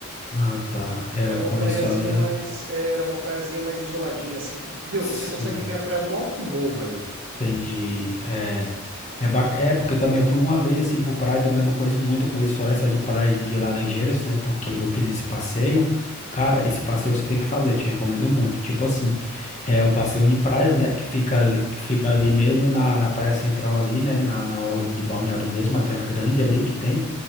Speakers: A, on the left; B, on the right.
A: Ah, tá. É,
B: Que era
A: eu
B: uma
A: conheço
B: praiazinha
A: ali, ah,
B: mais. Era uma praiazinha mais isoladinha, assim, que. Meu,
A: sim.
B: você consegue ver a praia do alto do morro ali.
A: Entendi. É, é, bac- é, porque também eu fui uma vez assim pro praia, também eu não conheço muito, eu conheço só essa de praia de Laranjeiras, né? Porque eu fiz esse passeio. Cara, esse passeio você tem que fazer, eu te recomendo muito. Tipo assim, é o passeio Unipraias, né? Que fica ali, que fica ali mesmo na, na praia central ali, né? Na, na orla de Balneário mesmo, aquela grande ali que tem.